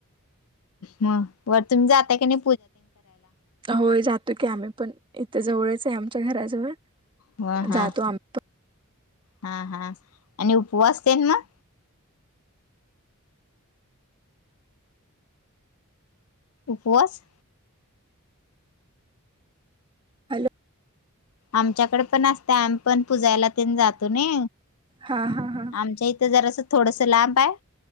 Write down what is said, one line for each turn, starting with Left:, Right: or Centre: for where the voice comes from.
Left: मग वर तुमी जाताय कनी
Right: होय जातो की आमी पण इथे जवळचं हाय आमच्या घराजवळ
Left: ह
Right: जातो
Left: हा
Right: आमप
Left: हा हा आणि उपवासतेन मग उपवास
Right: हॅलो
Left: आमच्याकडे पण असतय आमी पण पुजायला तेन जातो नइ
Right: हा हा हा
Left: आमच्या इथे जरास थोडस लांब हाय